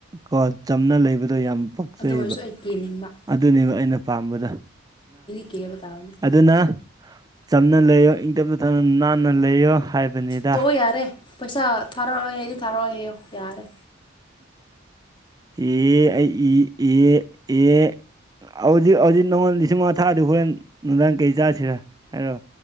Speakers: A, on the right; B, on the left.
A: ꯀꯣ ꯆꯝꯅ ꯂꯩꯕꯗꯣ ꯌꯥꯝ ꯄꯛꯆꯩꯌꯦꯕ
B: ꯑꯗꯨ ꯑꯣꯏꯔꯁꯨ ꯑꯩ ꯀꯦꯅꯤꯡꯕ
A: ꯑꯗꯨꯅꯦꯕ ꯑꯩꯅ ꯄꯥꯝꯕꯗ
B: ꯀꯦꯕꯇꯥꯕꯅꯤ
A: ꯑꯗꯨꯅ ꯆꯝꯅ ꯂꯩꯌꯣ ꯏꯪ ꯇꯞ ꯇꯞꯅ ꯅꯥꯟꯅ ꯂꯩꯌꯣ ꯍꯥꯏꯕꯅꯤꯗ
B: ꯇꯣꯛꯑꯣ ꯌꯥꯔꯦ ꯄꯩꯁꯥ ꯊꯥꯔꯛꯑꯔꯣꯢ ꯍꯥꯢꯔꯗꯤ ꯊꯥꯔꯛꯑꯣ ꯍꯥꯏꯌꯣ ꯌꯥꯔꯦ
A: ꯑꯦ ꯑꯩ ꯏ ꯑꯦ ꯑꯦ ꯍꯧꯖꯤꯛ ꯍꯧꯖꯤꯛ ꯅꯪꯉꯣꯟꯗ ꯂꯤꯁꯤꯡ ꯃꯉꯥ ꯊꯥꯔꯗꯤ ꯍꯣꯔꯦꯟ ꯅꯨꯡꯗꯥꯡ ꯀꯩ ꯆꯥꯁꯤꯔꯥ ꯍꯥꯏꯔꯣ